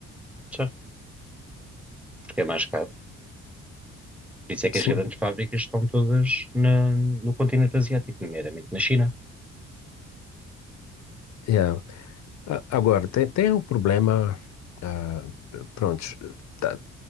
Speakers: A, in the centre; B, on the left.
A: Certo, porque é mais caro. Por isso é que
B: Sim.
A: as grandes fábricas estão todas na- no continente asiático, nomeadamente na China.
B: é. A- Agora, tem, tem um problema, ah, pronto, tá-